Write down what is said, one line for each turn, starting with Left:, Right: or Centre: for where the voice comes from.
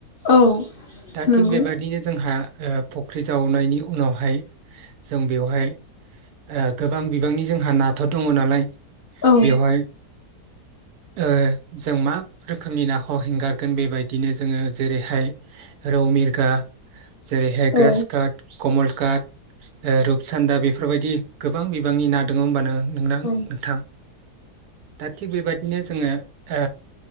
Left: औ
Right: दा
Left: नंगौ
Right: थिग बेबायदिनो जोंहा ओ फख्रि जावनायनि उनाव फाय जों बेवहाय ओ गोबां बिबांनि जोंहा नाथुर दङ नालाय ।
Left: औ
Right: बेवहाय ओ जों मा रोखोमनि नाखौ हेंगारगोन बेबायदिनो जोङो जेरैहाय रौ मिरगा । जेरैहाय ग्रास
Left: औ
Right: काट । कमल काथ । ओ रुप चान्दा बि बेफोरबायदि गोबां बिबांनि ना दङ होमबा नों नोंनां
Left: औ
Right: नोंथां दा थिग बेबादिनो जोङो ओ